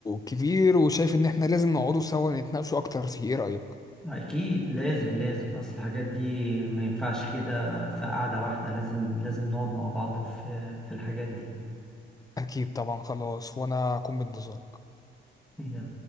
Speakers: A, on the left (about 20°); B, in the centre.
A: كبير وشايف ان احنا لازم نقعدوا سوا نتناقشوا اكتر فيه ايه رأيك
B: اكيد لازم لازم اصل الحاجات دي ما ينفعش كده في قعدة واحدة لازم لازم نقعد مع بعض في في الحاجات
A: اكيد طبعا خلاص وانا اكون بانتظارك
B: دي